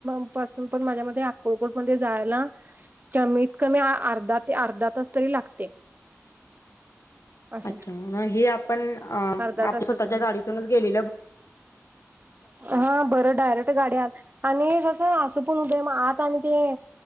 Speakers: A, on the right; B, on the left.
A: <unintelligible> पासून पण माझ्या मते अक्कोलकोट मध्ये जायला कमीत कमी अर्ध ते अर्धा तास तरी लागते. असं
B: अच्छा
A: आहे
B: म हे आपण
A: अर्धा तास
B: आप स्वतःच्या
A: होतो. हम्म
B: गाडीतूनच गेले
A: हा बर डायरेक् गाड्यात आणि जस अस पण होतय म आत आणि ते